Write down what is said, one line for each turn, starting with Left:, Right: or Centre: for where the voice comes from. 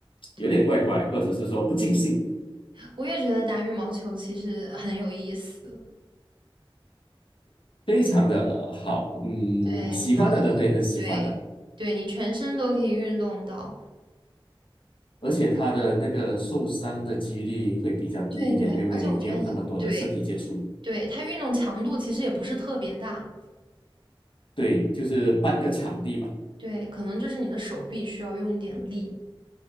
Right: 对，
Left: 有点怪怪，或者是说不尽兴，
Right: 我也觉得打羽毛球其实很有意思。
Left: 非常的好，嗯，
Right: 对，
Left: 喜欢的人会很喜欢的。
Right: 主要是对对，你全身都可以运动到。
Left: 而且他的那个受伤的几率会比较低一点，
Right: 对对，
Left: 因为没有那么多的身体接触。
Right: 而且我觉得它对对，它运动强度其实也不是特别大，
Left: 对，就是半个场地嘛。
Right: 对，可能就是你的手臂需要用一点力